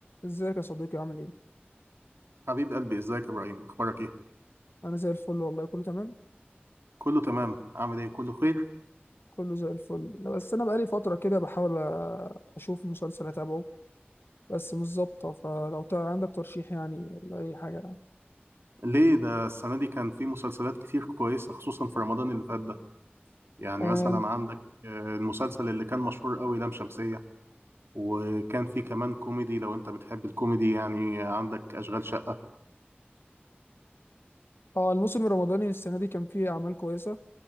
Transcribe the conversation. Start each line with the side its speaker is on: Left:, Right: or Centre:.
Left: ازيك يا صديقي عامل ايه؟
Right: حبيب قلبي ازيك يا ابراهيم اخبارك ايه
Left: انا زي الفل والله كله تمام
Right: كله تمام عامل ايه كله خير
Left: كله زي الفل بس انا بقالي فترة كده بحاول أ- اشوف مسلسل اتابعه بس مش ظابطة فلو تع- عندك ترشيح يعني لأي حاجة يعني
Right: ليه ده السنه دي كان في مسلسلات كتير كويسه خصوصا في رمضان اللي فات ده يعني
Left: آم،
Right: مثلا عندك آه، المسلسل اللي كان مشهور قوي لام شمسيه وكان في كمان كوميدي لو انت بتحب الكوميدي يعني عندك اشغال شقه
Left: اه الموسم الرمضاني السنة دي كان فيه اعمال كويسة